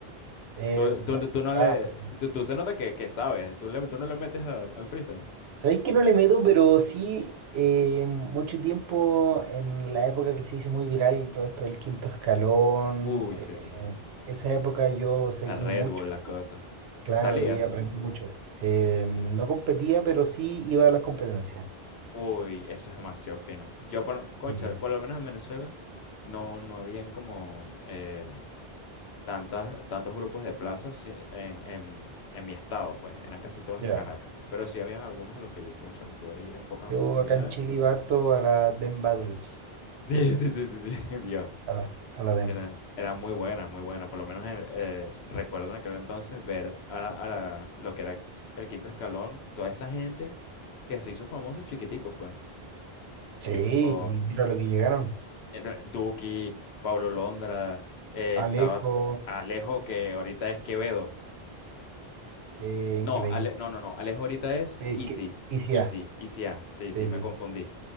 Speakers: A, on the right; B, on the left.
A: eh,
B: Tú, tú,
A: yo
B: tú
A: estaba
B: no le.
A: muy bueno.
B: se- Tú se nota que, que sabes. Tú, le, tú no le metes al al freestyle.
A: Sabéis que no le meto, pero sí, eh, mucho tiempo en la época que se hizo muy viral todo esto del quinto escalón,
B: Uy,
A: eh,
B: sí, sí, sí.
A: esa época yo seguí
B: La Red
A: mucho,
B: Bull, las cosas.
A: claro,
B: ¿Salías?
A: y aprendí mucho. Eh, no competía, pero sí iba a las competencias.
B: Uy, eso es demasiado fino. Yo, por, cónchale,
A: Sí.
B: por lo menos en Venezuela no, no habían como eh, tantas, tantos grupos de plazas sí, en, en, en mi estado, pues. Eran casi todos
A: Ya.
B: en Caracas. Pero sí habían algunos a los que yo, cónchale, pude ir en pocas
A: Yo
B: oportunidades.
A: acá en Chile
B: <laughs>
A: iba harto a la DEM Battles,
B: Sí,
A: que se
B: sí, sí, sí, sí. <laughs> Dios.
A: a la, a la DEM.
B: Era, era muy buena, muy buena. Por lo menos en el- eh, recuerdo en aquel entonces ver a, la- a la- lo que era el quinto escalón, toda esa gente que se hizo famoso chiquitico, pues.
A: Sí,
B: Tipo
A: y mira lo que llegaron.
B: era Duki, Pablo Londra, eh,
A: Alejo,
B: estaba Alejo, que ahorita es Quevedo.
A: eh,
B: No,
A: increíble.
B: Ale- no, no, no. Alejo ahorita es
A: Eh,
B: Easy,
A: que- y sí,
B: Easy,
A: ah,
B: Easy A. Sí, sí,
A: sí,
B: me
A: sí,
B: confundí.
A: sí.